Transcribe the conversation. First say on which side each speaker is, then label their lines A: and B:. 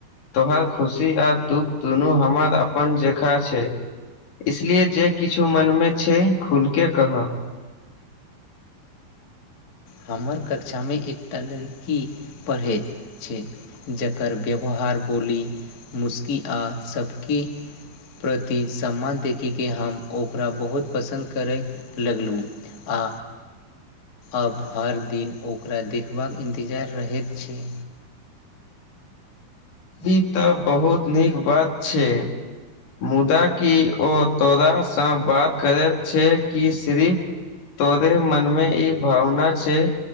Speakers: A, on the left; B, on the left.
A: तोहर खुशी आ दुःख दुनू हमर अपन जेका छै इसलिए जे किछ मन में छै खुल केँ कह
B: हमर कक्षा में एकटा लड़की पढ़ैत छै जकर व्यवहार बोली मुशकी आ सभकी प्रति सम्मान देखि केँ हम ओकरा बहुत पसन्द करै लगलहुँ आ अब हर दिन ओकरा देखबाक इन्तजार रहैत छै
A: ई तऽ बहुत नीक बात छै मुदा कि ओ तोरासँ बात करैत छै कि सिरी तोरे मनमे ई भावना छै